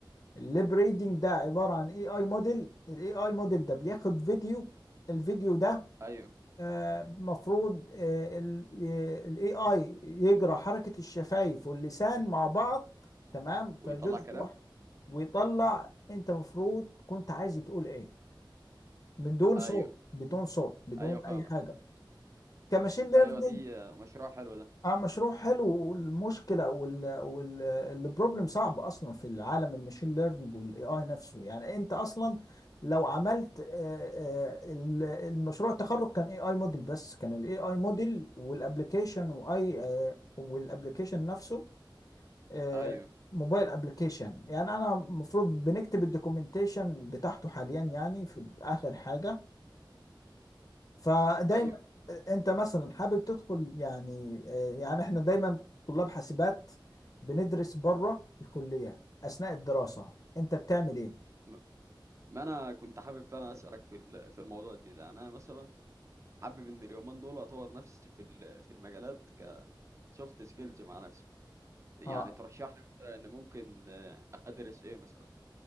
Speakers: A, on the left (about 45°); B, on the right (about 35°).
A: الليب ريدنج ده عبارة عن اي اي موديل الاي اي موديل ده بياخد فيديو الفيديو ده
B: ايوه
A: آه، مفروض الاي اي يجرى حركة الشفايف واللسان مع بعض تمام
B: ويطلع
A: كجزء
B: كلام
A: واحد ويطلع انت مفروض كنت عايز تقول ايه بدون
B: ايوه
A: صوت بدون صوت بدون
B: ايوه فاهمك
A: اي حاجة كماشين ليرنينج
B: ايوه دي مشروع حلو ده
A: اه مشروع حلو والمشكله وال والبروبلم صعب اصلا في العالم الماشين ليرنينج والاي اي نفسه يعني انت اصلا لو عملت آه، آه، ال- المشروع التخرج كان اي اي موديل بس كان الاي اي موديل والابلكيشن واي آه، والابلكيشن نفسه آه،
B: ايوه
A: موبايل ابلكيشن يعني انا المفروض بنكتب الدوكيومنتيشن بتاعته حاليا يعني في اخر حاجه فدايما
B: ايوه
A: انت مثلا حابب تدخل يعني آه، يعني احنا دايما طلاب حاسبات بندرس بره الكلية اثناء الدراسة انت بتعمل ايه
B: م- ما انا كنت حابب فعلا اسالك في ال- في الموضوع دي ده يعني انا مثلا حابب ان اليومين دول اطور نفسي في ال- في المجالات كسوفت سكيلز مع نفسي يعني
A: اه
B: ترشح لي مثلا ان ممكن آه، ادرس ايه مثلا